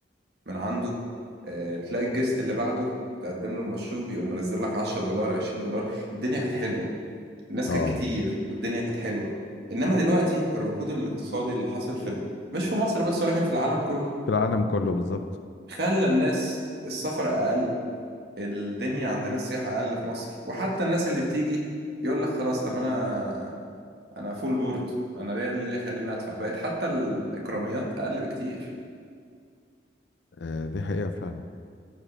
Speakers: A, on the right; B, on the left.
A: من عنده آه، تلاقي الجست اللي بعده تقدم له المشروب يقوم منزل لك 10 دولار 20 دولار الدنيا كانت حلوة الناس
B: اه
A: كانت كتير والدنيا كانت حلوة إنما دلوقتي الركود الاقتصادي اللي حصل في ال- مش في مصر بس ولكن في العالم كله
B: في العالم كله بالظبط
A: خلى الناس السفر أقل الدنيا عندنا السياحة أقل في مصر وحتى الناس اللي بتيجي يقول لك خلاص طب أنا أنا فول بورد أنا ليه اللي يخليني أدفع بقت حتى الإكراميات أقل بكتير
B: آه دي حقيقة فعلا